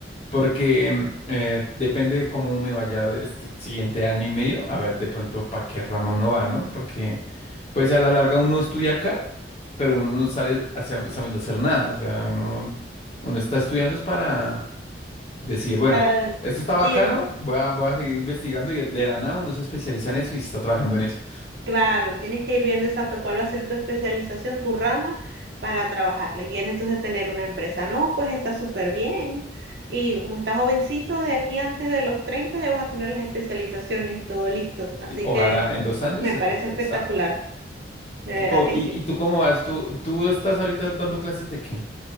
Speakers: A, on the left; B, on the right.
A: Porque em, eh, depende cómo me vaya este siguiente año y medio, a ver de pronto para qué rama uno va, ¿no? Porque pues a la larga uno estudia acá, pero uno no sale hacia- sabiendo hacer nada, o sea, uno, uno está estudiando es para decir, bueno,
B: Para,
A: esto está bacano,
B: y de-
A: voy a, voy a seguir investigando y el de la nada uno se especializa en eso y está trabajando en eso.
B: claro, tienes que ir viendo exacto cuál va a ser tu especialización, tu rama para trabajarla. Y quieres entonces tener una empresa. No, pues está súper bien. Y como estás jovencito, de aquí antes de los 30 ya vas a tener las especializaciones y todo listo. Así
A: Sí, Ojalá
B: que
A: en dos años
B: me
A: especializado.
B: parece espectacular. De
A: ¿Tú,
B: verdad
A: co-
B: que
A: y,
B: sí.
A: ¿Y tú cómo vas? ¿Tú, tú estás ahorita dando clases de qué?